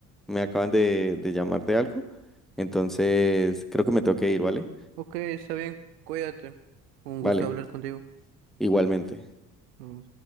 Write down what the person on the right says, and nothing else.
Ok, está bien, cuídate. Un
gusto hablar contigo.
Mm.